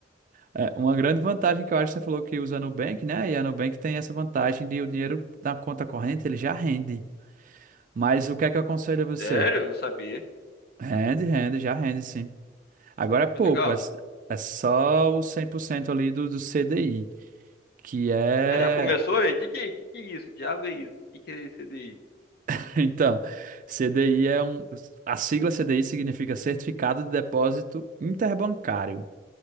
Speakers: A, on the right; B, on the left.
A: É, uma grande vantagem que eu acho, você falou que usa a Nubank, né? E a Nubank tem essa vantagem de o dinheiro da conta corrente, ele já rende. Mas o que é que eu aconselho a você?
B: Sério? Eu não sabia.
A: Rende, rende, já rende, sim. Agora é pouco,
B: Mas legal.
A: é, s- é só o 100% ali do, do CDI, que é.
B: É, já começou aí? O que, que, que que é isso? Diabo é isso? O que, que é esse daí?
A: <laughs> Então, CDI é um. A sigla CDI significa Certificado de Depósito Interbancário,